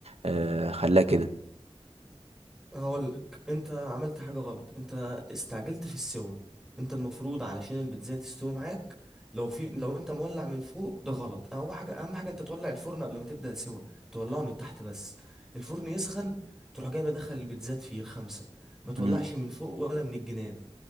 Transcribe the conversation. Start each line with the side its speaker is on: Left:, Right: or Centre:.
Right: آه، خلاها كده
Centre: هقولك انت عملت حاجة غلط انت استعجلت في السوا انت المفروض علشان البيتزا تستوي معاك لو في لو انت مولع من فوق ده غلط اهم حاجة اهم حاجة انت تولع الفرن قبل ما تبدأ سوا تولعه من تحت بس الفرن يسخن تروح جاي مدخل البيتزات فيه الخمسة ما تولعش
Right: امم
Centre: من فوق ولا من الجناب